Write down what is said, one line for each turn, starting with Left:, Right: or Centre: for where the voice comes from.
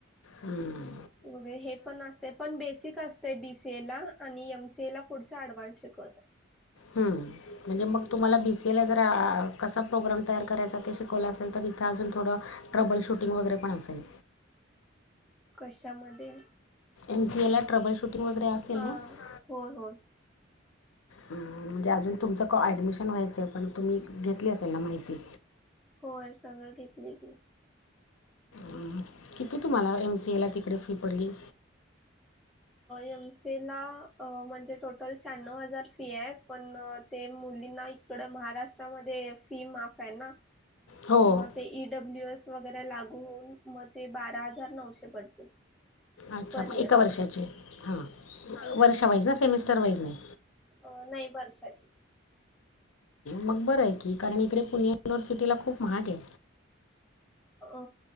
Left: हम्म
Centre: वगे हे पण असत पण बेसिक असते बीसीए ला आणि एमसीए ला पुढचा अडव्हान्स शिकवत
Left: ह म्हणजे मग तुम्हाला बीसीए ला ज कसा प्रोग्राम तयार करायचा ते शिकवला असेल तर थ अजून थोडं ट्रबल शूटिंग वगैरे पण असेल
Centre: कशामध्ये
Left: एनसीए ला ट्रबल शूटिंग वगैरे असेल
Centre: हा
Left: ना हं,
Centre: होय होय
Left: म्हणजे अजून तुमचं ऍडमिशन व्हायचं पण तुम्ही घेतली असेल ना माहिती
Centre: होय सगळं घेतले की
Left: म किती तुम्हाला एमसी ए ला तिकडे फी पडली
Centre: एम सी ला म्हणजे टोटल श्याण्णव हजार फी आहे पण ते मुलींना इकड महाराष्ट्रामध्ये फी माफ आहे ना
Left: हो
Centre: मग ते ईडब्ल्यूएस वगैरे लागू होऊन मग ते बारा हजार नऊशे पडते
Left: अच्छा
Centre: पर इयर
Left: एका वर्षाचे हा वर्षा वाईज ना सेमिस्टर वाईज नाही
Centre: अ नाही वर्षाची
Left: मग बरं आहे की कारण इकडे पुणे युनिव्हर्सिटीला खूप महाग आहे
Centre: अ